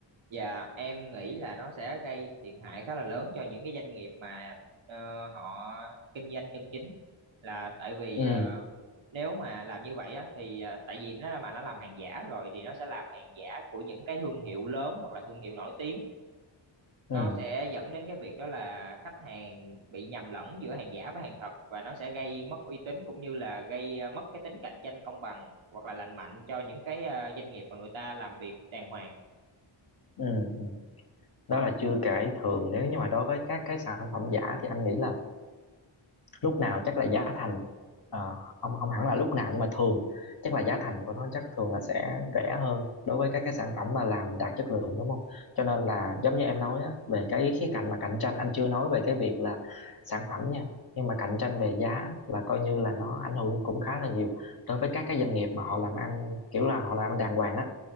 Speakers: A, on the right; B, on the left.
A: và em nghĩ là nó sẽ gây thiệt hại khá là lớn cho những cái doanh nghiệp mà ờ, họ kinh doanh chân chính là tại vì
B: Ừ,
A: ờ, nếu mà làm như vậy á thì ờ, tại vì nó mà nó làm hàng giả rồi thì nó sẽ làm hàng giả của những cái thương hiệu lớn hoặc là thương hiệu nổi tiếng
B: ừ,
A: nó sẽ dẫn đến cái việc đó là khách hàng bị nhầm lẫn giữa hàng giả với hàng thật và nó sẽ gây mất uy tín cũng như là gây ờ, mất cái tính cạnh tranh công bằng hoặc là lành mạnh cho những cái ờ, doanh nghiệp mà người ta làm việc đàng hoàng
B: ừ, ừ. Đó là chưa kể thường nếu như mà đối với các cái sản phẩm giả thì anh nghĩ là lúc nào chắc là giá thành ờ, không không hẳn là lúc nào nhưng mà thường chắc là giá thành của nó chắc thường là sẽ rẻ hơn đối với các cái sản phẩm mà làm đạt chất lượng đúng không cho nên là giống như em nói á, về cái khía cạnh mà cạnh tranh anh chưa nói về cái việc là sản phẩm nha nhưng mà cạnh tranh về giá là coi như là nó ảnh hưởng cũng khá là nhiều đối với các cái doanh nghiệp mà họ làm ăn kiểu là họ làm ăn đàng hoàng á